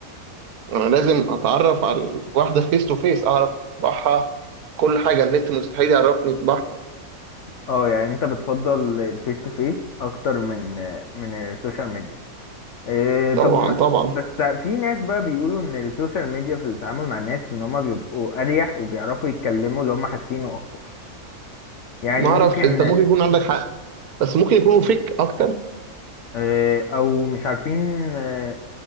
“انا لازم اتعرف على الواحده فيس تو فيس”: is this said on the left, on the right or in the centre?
Right